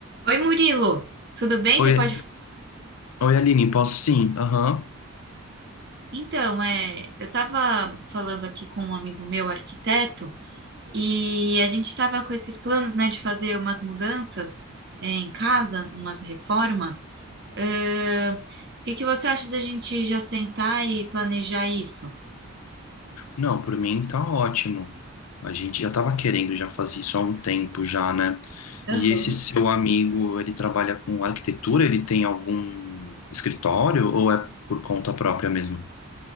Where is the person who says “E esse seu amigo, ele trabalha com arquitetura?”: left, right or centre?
Left